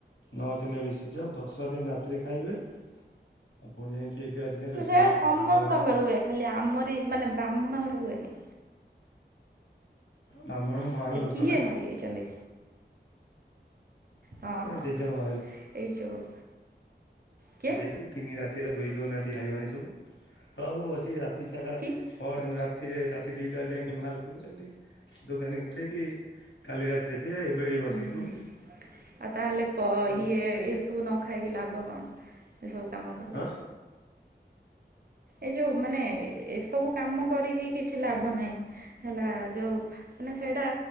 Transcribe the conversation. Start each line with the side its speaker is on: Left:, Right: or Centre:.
Left: ନଅ ଦିନ ବି ସିଝା ଦଶ ଦିନ ରାତିରେ ଖାଇବେ। ଆପଣ ଯାଇକି ଏଗାର ଦିନ
Right: ସେଇଟା
Left: ରୋଷେଇ କଲେ ଖାଇବେ
Right: ସମସ୍ତଙ୍କର
Left: ନହେଲେ ପ୍ରଭ
Right: ହୁଏ ଖାଲି ଆମରି ମାନେ ବ୍ରାହ୍ମଣଘର ହୁଏନି।
Left: ବ୍ରାହ୍ମଣ। ମହାନ ଲୋକ
Right: କିଏ
Left: ନା
Right: ମରିଯାଇଛନ୍ତି ହଁ ହଁ।
Left: ଜେଜେମା ହେବେ
Right: ଏଇ ଯୋଉ କିଏ
Left: ଆ ତିନି ରାତି ହେଲା ଶୋଇ ଦଉହାନ୍ତି ଭାଇମାନେ ସବୁ। ସବୁ ବସି ରାତି ସାରା
Right: କି
Left: ପର ଦିନ ରାତି ଥିରେ ରାତି ଦିଟାରେ ଯାଇକି ମାଲ୍ ପିଉଛନ୍ତି ଦୋକାନୀ ଉଠେଇକି। କାଲି ରାତିରେ ସେ ଏବେ ବସିକି
Right: ହୁଁ
Left: ପଉଛନ୍ତି
Right: ହୁଁ ଆଉ ତାହେଲେ କ
Left: ଚାଲିଛି।
Right: ଇଏ ଏ ସବୁ ନ ଖାଇକି ଲାଭ କଣ ଏ ସବୁ କାମ କଲେ?
Left: ହଁ
Right: ଏ ଯୋଉ ମାନେ ଏସବୁ କାମ କରିକି କିଛି ଲାଭ ନାହିଁ ହେଲା। ଯୋଉ ମାନେ ସେଇଟା